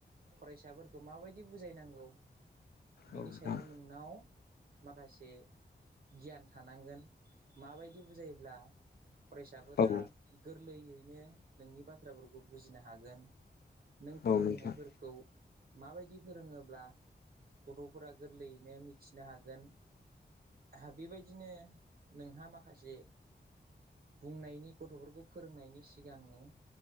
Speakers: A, on the right (about 60°); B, on the left (about 65°).
A: फरायसाफोरखौ माबायदि बुजायनांगौ। बिनि
B: औ नोंथां
A: सायाव नोंनाव माखासे गियान थानांगोन माबायदि बुजायोब्ला फरायसाफोरा
B: औ
A: गोरलैयैनो नोंनि बाथ्राफोरखौ बुजिनो हागोन। नों
B: औ
A: फोरोंनायफोरखौ
B: नोंथां
A: माबायदि फोरोङोब्ला गथ'फोरा गोरलैयैनो मिथिनो हागोन। आ बेबायदिनो नोंहा माखासे बुंनायनि गथ'फोरखौ फोरोंनायनि सिगांनो